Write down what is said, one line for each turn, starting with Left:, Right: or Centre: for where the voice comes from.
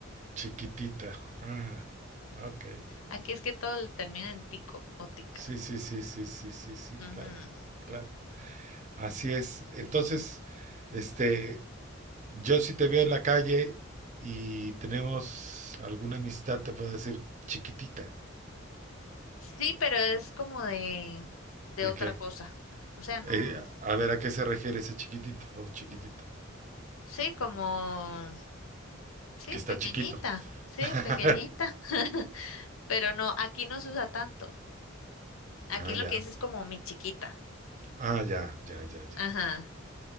Right: chiquitita. Ah, ok.
Left: Aquí es que todo lo termina en tico o tica.
Right: Sí, sí, sí, sí, sí, sí, sí,
Left: Ujú.
Right: claro, claro. Así es. Entonces, este, yo si te veo en la calle y tenemos alguna amistad, te puedo decir chiquitita.
Left: Sí, pero es como de, de
Right: ¿De
Left: otra
Right: qué?
Left: cosa. O sea, no.
Right: Eh, a ver, ¿a qué se refiere ese chiquitito o chiquitita?
Left: Sí, como. Sí,
Right: Que está
Left: pequeñita.
Right: chiquito.
Left: Sí,
Right: <laughs>
Left: pequeñita. <laughs> Pero no, aquí no se usa tanto. Aquí
Right: Ah,
Left: lo
Right: ya.
Left: que dice es como mi chiquita.
Right: Ah, ya, ya, ya, ya.
Left: Ajá.